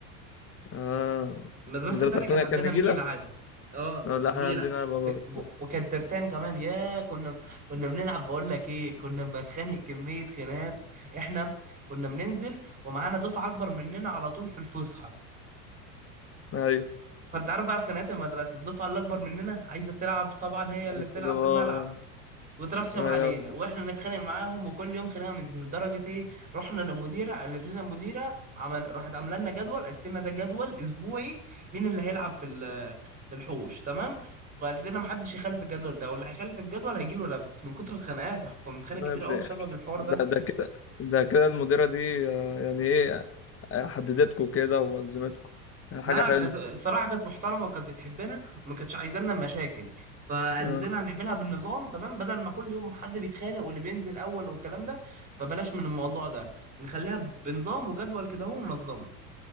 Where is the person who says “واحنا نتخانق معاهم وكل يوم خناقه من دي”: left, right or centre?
Right